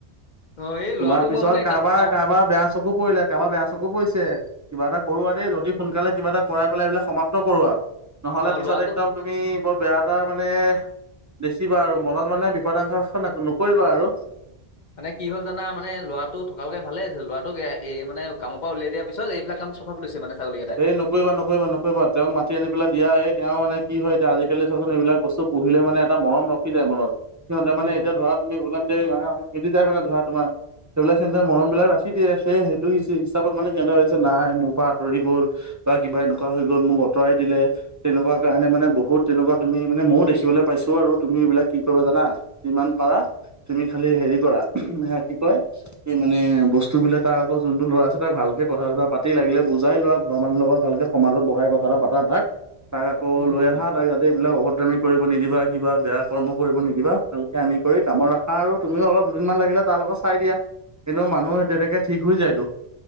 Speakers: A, on the left; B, on the right.
A: অ', এই
B: তোমাৰ
A: ল'ৰাটোক
B: পিছত
A: মই মানে অ',
B: কাৰোবাৰ কাৰোবাৰ বেয়া চকু পৰিলে, কাৰোবাৰ বেয়া চকু পৰিছে। কিবা এটা কৰা দেই, যল্ডি সোনকালে কিবা এটা কৰাই পেলাই এইবিলাক সমাপ্ত কৰোৱা, নহ'লে পিছত
A: ল'ৰাটোক
B: একদম, তুমি বৰ বেয়া এটা মানে, দেখিবা আৰু মনত মানে বিপদাংশ নকৰিবা আৰু
A: মানে কি হ'ল জানা মানে ল'ৰাটো থকালেকে ভালে আছিল, ল'ৰাটোক এই মানে কামৰ পৰা উলিয়াই দিয়াৰ পিছত এইবিলাক। কাম চপ লৈছে মানে। ছাগলী কেইটাই।
B: সেই ন, নকৰিা নকৰিা নকৰিবা তেওঁক মাতি আনি পেলা এই তেওঁ মানে কি হয় এতিয়া আজিকালি চোৱাচোন এইবিলাক বস্তু পুহিলে মানে এটা মৰম ৰখি যায় মনত, সিহঁতে
A: উম।
B: মানে এতিয়া ধৰা তুমি ওলাম যে মিলি যায় মানে ধৰা তোমাৰ সেইবিলাক সিহঁতে মৰম বিলাক ৰাখি দিয়ে, সেই সেইটো হিচাপত মানে সিহঁতে কৈছে নাই, মোৰ পৰা আঁতৰি গ'ল বা কিবা এনেকুৱা হৈ গ'ল, মোক আঁতৰাই দিলে। তেনেকুৱা কাৰণে মানে বহুত তেনেকুৱা তুমি মানে ময়ো দেখিবলৈ পাইছোঁ আৰু তুমি এইবিলাক কি কৰিবা জানা। যিমান পাৰা তুমি খালি হেৰি কৰা, স কি কয়। মানে বস্তু বিলাক তাৰ আকৌ যোনটো ল'ৰা আছে, তাক ভালকে কথা চথা পাতি লাগিলে বুজাই লোৱা। ঘৰৰ মানুহ লগত ভালকে সমাজত বহাই কথা এটা পাতা তাক, তাক আকৌ
A: উম,
B: লৈ আহা তাক যাতে এইবিলাক অভদ্ৰামী, কৰিব নিদিবা, কিবা বেয়া কৰ্ম কৰিব নিদিবা, ভালকে আনি কৰি কামত ৰাখা আৰু তুমিও অলপ দুদিনমান লাগিলে তাৰ লগত। চাই দিয়া, এনেও মানুহৰ তেনেকে ঠিক হৈ যায়তো।